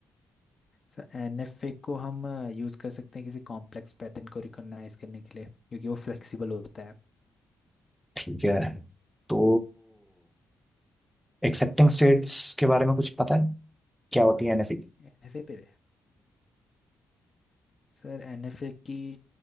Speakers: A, on the left (about 45°); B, in the centre.
A: सर एन एफ ए को हम यूज़ कर सकते हैं किसी कॉम्प्लेक्स पैटर्न को रिकॉग्नाइज करने के लिए क्योंकि वो फ्लेक्सिबल होता है
B: ठीक है तो एक्सेप्टिंग स्टेट्स के बारे में कुछ पता है क्या होती है एनएफई
A: एन एफ ए पे सर एन एफ ए की